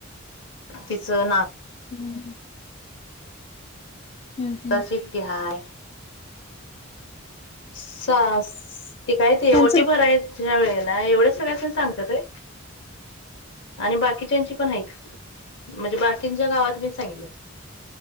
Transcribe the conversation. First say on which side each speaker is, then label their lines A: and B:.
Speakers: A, on the left (about 60°); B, on the left (about 30°).
A: तिचं ना
B: हम्म <inaudible> हम्म, हम्म.
A: त ची एकटी हाय सास ते काय ते
B: त्यांचं
A: ओटी भराय ह्या वेळेला एवढ्या सगळ्यासणी सांगत्यात होय आणि बाकीच्याची पण आहेत म्हणजे बाकींच्या गावात मी सांगितलं